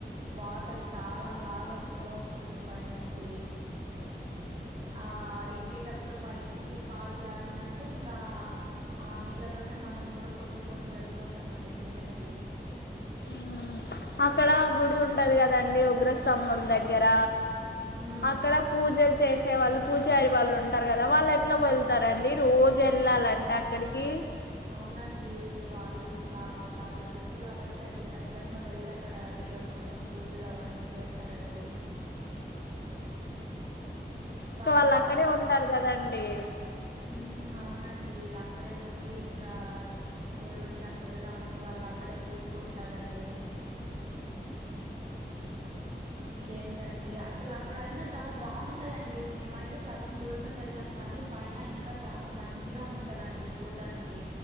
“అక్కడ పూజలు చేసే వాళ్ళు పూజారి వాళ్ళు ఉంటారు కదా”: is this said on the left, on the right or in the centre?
Left